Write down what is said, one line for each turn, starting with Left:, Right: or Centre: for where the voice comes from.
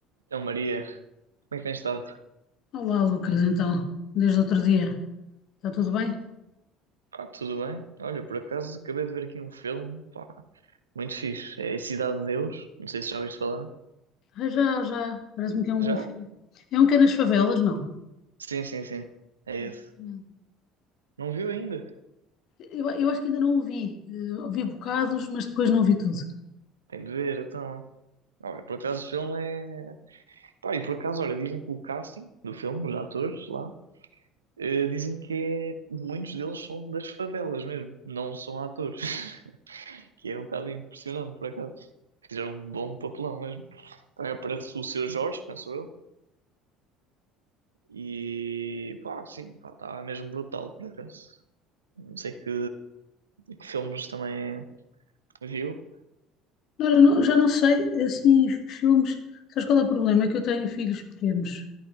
Right: Então, Maria, como é que tens estado?
Left: Olá, Lucas, então, desde outro dia, está tudo bem?
Right: Pá, tudo bem? Olha, por acaso acabei de ver aqui um filme, pá, muito fixe. É Cidade de Deus, não sei se já ouviste falar.
Left: Ah, já, já, parece-me que é um
Right: Já?
Left: bom filme. É um que é nas favelas, não?
Right: Sim, sim, sim. É
Left: Exatamente.
Right: isso. Não viu ainda?
Left: Eu, eu acho que ainda não ouvi, ouvi bocados,
Right: Ah,
Left: mas depois não vi tudo.
Right: tem de ver, então. Olha, por acaso o filme é. Pá, e por acaso, olha, dizem que o casting do filme, os atores lá, eh, dizem que é... muitos deles são das favelas mesmo, não são atores. <laughs> Que é um bocado impressionante, por acaso. Fizeram um bom papelão mesmo. Também aparece o Seu Jorge, penso eu. E pá, sim, pá, estava mesmo brutal por acaso. Não sei que, que filmes também viu.
Left: Olha, não- já não sei, assim, filmes, sabes qual é o problema? É que eu tenho filhos pequenos,